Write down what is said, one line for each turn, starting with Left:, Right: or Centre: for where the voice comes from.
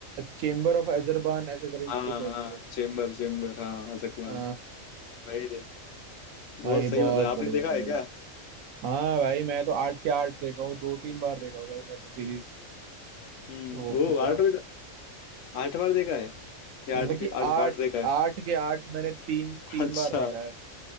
Right: चेम्बर ऑफ अजरबान ऐसे करके
Left: हाँ
Right: कुछ तो शायद
Left: हाँ
Right: से
Left: चेम्बर चेम्बर हाँ अजकवान
Right: अ,
Left: भाई देख बहुत
Right: भाई
Left: सही
Right: बहुत
Left: मतलब आपने
Right: बढ़िया
Left: देखा
Right: भाई
Left: है क्या
Right: हाँ भाई मैं तो आठ के आठ देखा हूँ दो तीन बार देखा हूँ भाई मैं तो सीरीज
Left: हम्म
Right: वो
Left: वो
Right: पूरा
Left: आठ आठ बार देखा है या
Right: मतलब
Left: आठ
Right: कि
Left: आठ
Right: आठ
Left: पार्ट देखा है
Right: आठ के आठ मैंने तीन
Left: <laughs>
Right: तीन
Left: अच्छा
Right: बार देखा है